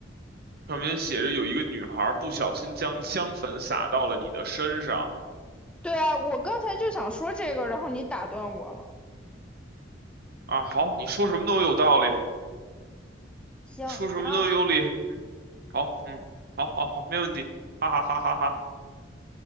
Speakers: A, on the right; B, in the centre.
A: 上面写着有一个女孩不小心将香粉洒到了你的身上
B: 对啊，我刚才就想说这个，然后你打断我了。
A: 啊。好，你说什么都有道理，
B: 行，
A: 说什么都有理。
B: 然后
A: 嗯，好，嗯，好好好，没问题，哈哈哈哈哈。